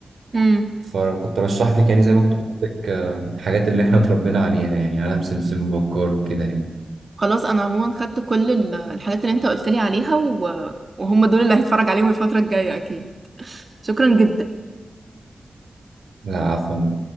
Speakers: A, on the right; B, on the right.
A: امم
B: فكنت برشح لك يعني زي ما كنت بقول لك آه، الحاجات اللي إحنا اتربينا عليها يعني عالم سمسم وبكار وكده يعني
A: خلاص أنا عموما خدت كل ال- الحاجات اللي أنت قلت لي عليها و... وهم دول اللي هتفرج عليهم الفترة الجاية أكيد شكرا جدا
B: لا عفوا